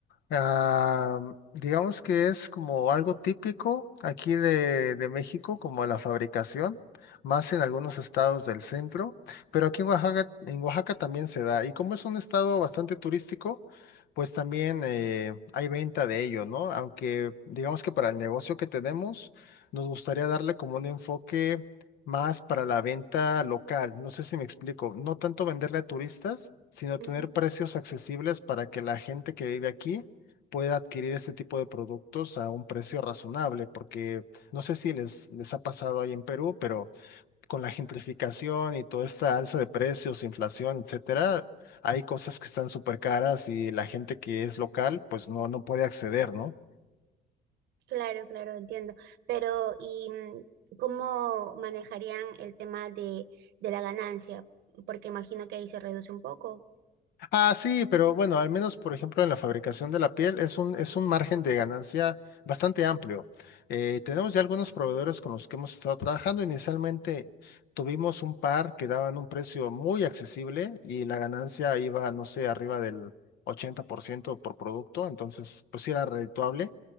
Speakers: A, on the left (about 75°); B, on the right (about 80°).
A: Ah, digamos que es como algo típico aquí de, de México, como la fabricación, más en algunos estados del centro, pero aquí en Oaxaca, en Oaxaca también se da. Y como es un estado bastante turístico, pues también eh, hay venta de ello, ¿no? Aunque digamos que para el negocio que tenemos, nos gustaría darle como un enfoque más para la venta local. No sé si me explico, no tanto venderle a turistas, sino
B: ujú.
A: tener precios accesibles para que la gente que vive aquí pueda adquirir este tipo de productos a un precio razonable, porque no sé si les, les ha pasado ahí en Perú, pero con la gentrificación y toda esta alza de precios, inflación, etcétera, hay cosas que están súper caras y la gente que es local, pues no, no puede acceder, ¿no?
B: Claro, claro, entiendo. Pero, ¿y mm, cómo manejarían el tema de, de la ganancia? Porque imagino que ahí se reduce un poco.
A: Ah, sí, pero bueno, al menos por ejemplo en la fabricación de la piel es un, es un margen de ganancia bastante amplio. Eh, tenemos ya algunos proveedores con los que hemos estado trabajando. Inicialmente tuvimos un par que daban un precio muy accesible y la ganancia iba, no sé, arriba del 80% por ciento por producto, entonces pues sí era redituable.